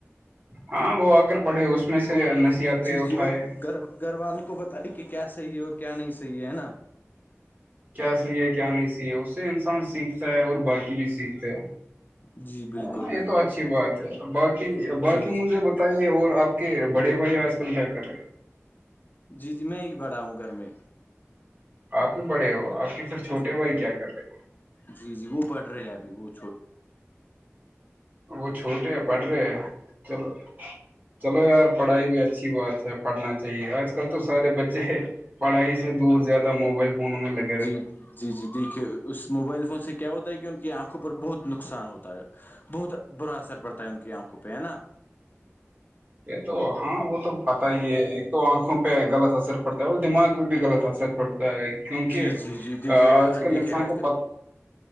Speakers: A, on the right; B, on the left.
A: ہاں وہ آ کر پڑے اس میں سے
B: اور
A: نسی آتے
B: جی
A: اٹھائے
B: جی اور گھر گھر والوں کو بتیا کہ کیا صحیح ہے اور کیا نہیں صحی ہے نا
A: کیا سیے کیا نہیں سیے اس سے انسان سیکھتا ہے اور باقی بھی سیکھتا ہے
B: جی بالکل
A: نا
B: بالکل
A: یہ تو اچھی بات ہے باقی
B: جی
A: باقی
B: جی
A: مجھے ب بتائیے اور آپ کے بڑے بھائی آج کل کیا کر رہے ہیں
B: جی جی میں ہی بڑا ہوں گھر میں
A: آپ ہی بڑے ہو آپ کے پھر چھوٹے
B: جی
A: بھائی کیا کر رہے
B: جی جی وہ پڑھ رہے ابھی وہ چھوٹ
A: وہ چھوٹے پڑ رہے چلو چلو یار پڑھائی بھی اچھی بات ہے پڑھنا چاہیے آج کل تو سارے بچے پڑھائی سے دور زیادہ موبائل فونوں میں لگ
B: جی جی جی دیکھیے اس موبائل فون سے کیا ہوتا ہے کہ ان کی آنکھوں پر بہت نقصان ہوتا ہے بہت برا اثر پڑتا ہے ان کی آنکھوں پہ ہے نا
A: یہ تو ہاں وہ تو پتا ہی ہے ایک تو آنکھوں پہ غلط اثر پڑتا ہے وہ دماغ بھی غلط اثر پڑتا ہے کیونکہ
B: جی جی جی دیکھیے
A: آج کل
B: دیکھیے
A: انسان
B: آج
A: کو
B: کل
A: پ